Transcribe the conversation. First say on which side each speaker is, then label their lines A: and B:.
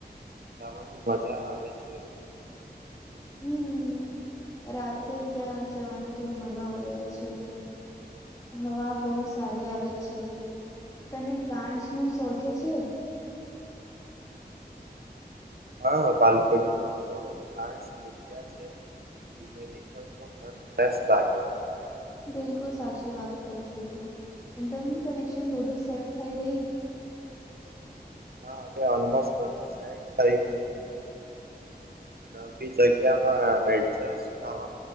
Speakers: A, on the right (about 65°); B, on the left (about 20°).
A: જવાની મજા આવે છે
B: હમ રાતે ત્યાં જવાની તો મજા આવે છે હવા બહુ સારી આવે છે તને પ્લાન્ટ્સ નું શોખે છે
A: હા પાલકોની થોડું્ મક છે જીમેલી હોય તો ઘર પ્રસ લાગે
B: બિલકુલ સાચી વાત ક છું તું ઇન્ટરનેટ કનેક્શન વધુ સેટ થઈ ગઈ
A: હા હ ઓલમોધ થ ગયું ન જગ્યામાં થ ટ